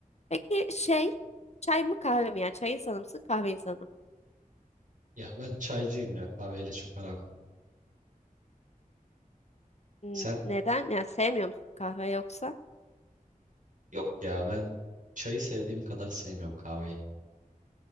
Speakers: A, on the left (about 50°); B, on the right (about 65°).
A: Peki şey çay mı kahve mi? Yani çay insanı mısın kahve insanı mı?
B: Ya ben çaycıyım ya. Kahveyle çok aram yok.
A: N-
B: Sen?
A: Neden? Yani sevmiyor musun kahve yoksa?
B: Yok ya ben çayı sevdiğim kadar sevmiyorum kahveyi.